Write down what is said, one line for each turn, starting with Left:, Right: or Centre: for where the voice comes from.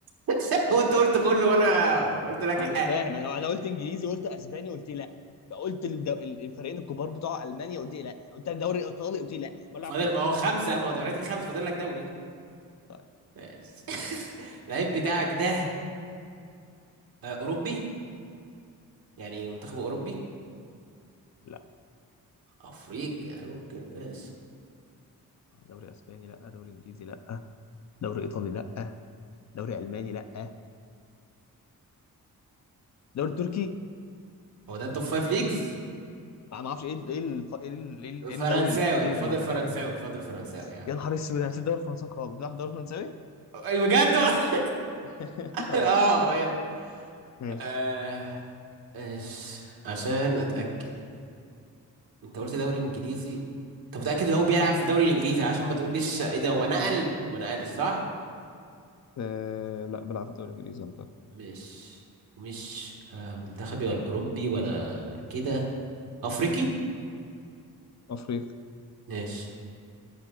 Right: <laughs> هو انت قلت كله وانا قلت لك
Left: انا
Right: لا
Left: مش
Right: آه،
Left: فاهم انا انا قلت انجليزي قلت اسباني قلت لا قلت الد- ال- الفريقين الكبار بتوع المانيا قلت لا قلت الدوري الايطالي قلت لا امال بيلعب
Right: فاضل
Left: فين
Right: ما هو خمسة ما هو دوريات الخمس فاضل لك دوري
Left: طيب
Right: ماشي <laughs> اللعيب بتاعك ده آه اوروبي يعني منتخب اوروبي
Left: لا
Right: افريقي يعني ممكن ماشي
Left: دوري اسباني لا دوري انجليزي لا دوري ايطالي لا دوري الماني لا دوري تركي
Right: هو ده التوب فايف ليجز
Left: ما ما اعرفش ايه ال- ايه ال- ايه ال- ايه ال- إيه
Right: فرنساوي
Left: الدوري الاخير
Right: فاضل
Left: ال-
Right: فرنساوي فاضل فرنساوي يا عم
Left: يا نهار اسود انا نسيت الدوري الفرنسي خالص بتلعب في الدوري الفرنساوي؟
Right: أي بجد <laughs>
Left: <laughs> لا
Right: اه أيوة.
Left: ماشي
Right: آه، إيش عشان اتاكد انت قلت دوري انجليزي انت متاكد ان هو بيلعب في الدوري الانجليزي عشان ما تقوليش ايه ده هو نقل وما نقلش صح
Left: أه لا بلعب في الدوري الانجليزي منطقي
Right: مش مش آه، منتخبي ولا اوروبي ولا كده افريقي
Left: افريقي
Right: ماشي